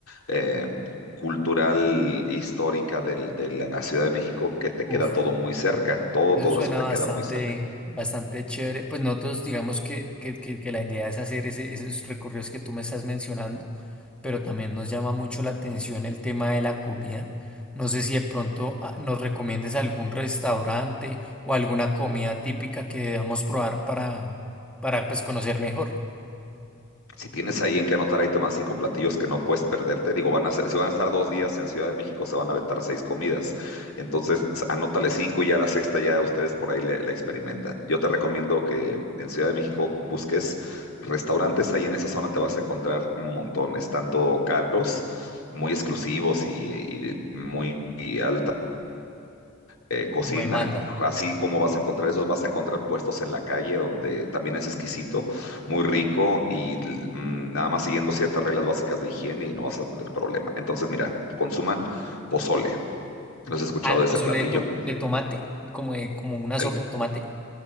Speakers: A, on the left; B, in the centre.
A: eh, cultural histórica del- de la Ciudad de México que te queda
B: Uf.
A: todo muy cerca, todo,
B: Eso
A: todo
B: suena
A: eso te
B: bastante,
A: queda muy cerca.
B: bastante chévere. Pues nosotros digamos que, que, que- que la idea es hacer ese- esos recorridos que tú me estás mencionando, pero también nos llama mucho la atención el tema de la comida. No sé si de pronto ah, nos recomiendes algún restaurante o alguna comida típica que debamos probar para, para pues, conocer mejor,
A: Si tienes ahí en qué anotar, ahí te van cinco platillos que no puedes perderte. Digo, van a ser, si van a estar dos días en Ciudad de México, se van a aventar seis comidas. Entonces, anótale cinco y ya la sexta ya ustedes por ahí le, le experimentan. Yo te recomiendo que en Ciudad de México busques restaurantes, ahí en esa zona te vas a encontrar montones, tanto caros, muy exclusivos y, y muy y alta eh, cocina,
B: como demanda.
A: así como vas a encontrar esos, vas a encontrar puestos en la calle donde también es exquisito, muy rico y mm, nada más siguiendo ciertas reglas básicas de higiene y no vas a tener problema. Entonces, mira, consuman pozole. ¿No has escuchado
B: Al
A: de
B: pozole
A: ese platillo?
B: de, tom- de tomate, como, de- como una sopa
A: El-
B: de tomate.